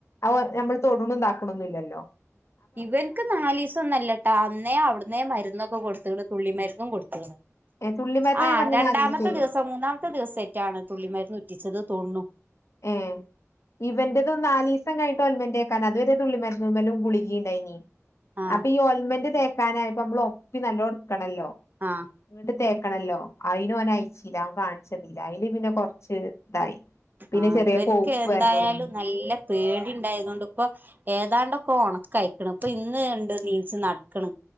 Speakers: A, on the left; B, on the right.
A: അവ് ഞമ്മള് തൊട്ണും ഇതാക്ണൊന്നുല്ലല്ലോ
B: ഇവൻക്ക് നാലീസം ഒന്നല്ലട്ടോ അന്നേ അവിടുന്നേ മരുന്നൊക്കെ കൊടുത്ക്ക്ണ് തുള്ളി മരുന്നും കൊടുത്ക്ക് ണ്
A: ഏ തുള്ളിമരുന്നാ
B: ആഹ്
A: ഞാൻ പറഞ്ഞത്
B: രണ്ടാമത്തെ
A: നാലീസേ
B: ദിവസം മൂന്നാമത്തെ ദിവസേറ്റാണ് തുള്ളി മരുന്ന് ഉറ്റിച്ചത് തോൺണു.
A: ഏഹ് ഇവന്റെത് നാലിസം കഴിഞ്ട്ട് ഓൽമെൻ്റേക്കാനാ അത്‌ വരെ തുള്ളി മര്ന്ന്മലും ഗുളികി ണ്ടായിനി.
B: ആഹ്
A: അപ്പീ ഓൽമന്റ് തേക്കാനായപ്പോ നമ്മള് ഒപ്പി നല്ലോ ഇട്ക്കണല്ലോ
B: ആഹ്
A: ഇങ്ങട്ട് തേക്കണല്ലോ. അയിന് ഓനയ്ച്ചില്ല. ഓന് കാൺച്ചെന്നില അയ്ല് പിന്നെ കൊർച്ച് ഇതായി. പിന്നെ
B: ആഹ്.
A: ചെറിയ
B: ബെൻക്ക്
A: കോപ്പ്
B: എന്തായാലും
A: വരല് തൊടങ്ങി
B: നല്ല പേടിണ്ടായതോണ്ട് പ്പൊ ഏതാണ്ടൊക്കൊ ഒണക്കയിക്ക്ണ്. പ്പൊ ഇന്ന് ണ്ട് നീച്ച് നടക്ക്ണ്.